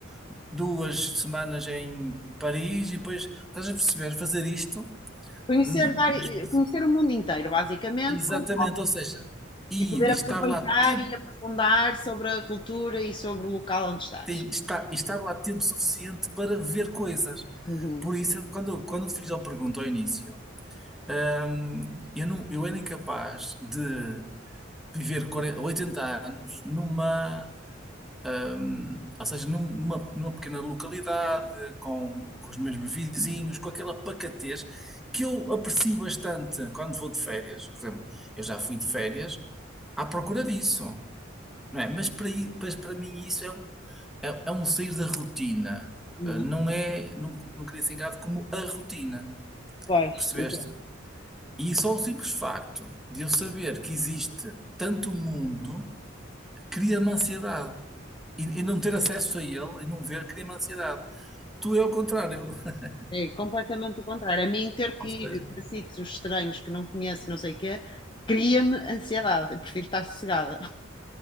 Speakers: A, in the centre; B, on the left.
A: duas semanas em Paris, e depois estás a perceber, fazer isto.
B: Conhecer,
A: hum,
B: vari-
A: mas-
B: conhecer o mundo inteiro, basicamente,
A: Exatamente,
B: com-
A: ou seja, e
B: e poder
A: estar
B: aproveitar
A: lá tempo
B: e aprofundar sobre a cultura e sobre o local onde estás.
A: Sim, estar, estar lá tempo suficiente para ver coisas.
B: Uhum.
A: Por isso, quando, quando te fiz a pergunta ao início, hum, eu, não, eu era incapaz de viver 40, 80 anos numa, hum, ou seja, numa, numa pequena localidade, com, com os mesmos vizinhos, com aquela pacatez que eu aprecio bastante quando vou de férias. Por exemplo, eu já fui de férias à procura disso não é? Mas para, i- mas para mim isso é um, é, é um sair da rotina.
B: Uhum.
A: Uh, Não é, não, não queria ser encarado como a rotina,
B: Pois,
A: percebeste?
B: então,
A: E só o simples facto de eu saber que existe tanto mundo cria-me ansiedade. E, e não ter acesso a ele e não ver cria-me ansiedade. Tu é ao contrário. <laughs>
B: é completamente o contrário. A mim, ter que
A: Ou seja,
B: ir para sítios estranhos que não conheço, e não sei o quê, cria-me ansiedade. Eu prefiro estar sossegada.